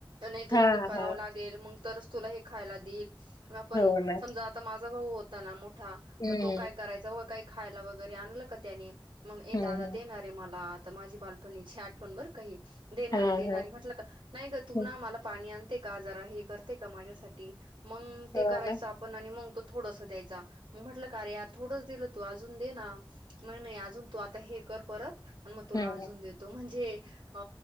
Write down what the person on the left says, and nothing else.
हां,
हां.
हो ना.
हं,
हं,
हं.
हां,
हां.
हं.
हो
ना.
हं,